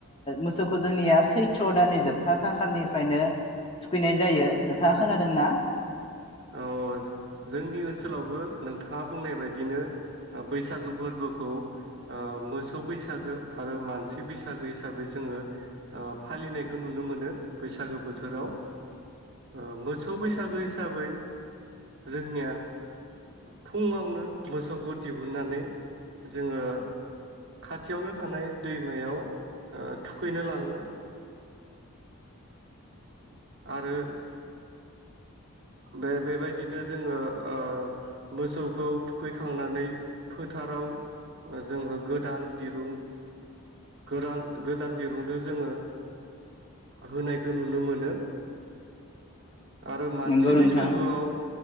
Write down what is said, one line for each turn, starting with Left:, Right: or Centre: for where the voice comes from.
Left: मोसौखौ जोंनिया सैथ्रनदाननि जोबथा सानखालिनिफ्रायनो थुखैनाय जायो। नोंथाङा खोनादोंना?
Right: ओ जोंनि ओनसोलावबो नोंथाङा बुंनाय बायदिनो बैसागो फोरबोखौ मोसौ बैसागो आरो मानसि बैसागो हिसाबै जोङो फालिनायखौ नुनो मोनो बैसागो बोथोराव। ओ मो स बैसागो हिसाबै जोंनिया फुङावनो मोसौखौ दिहुननानै जोङो खाथियावनो थानाय दैमायाव थुखैनो लाङो। आरो बे बेबायदिनो जोङो ओ मोसौखौ थुखैखांनानै फोथाराव ओ जोङो गोदान दिरुं गोरां गोदान दिरुंदो जोङो होनायखौ नुनो मोनो ओ मानसि
Left: नंगौ नोंथां
Right: बैसागोआव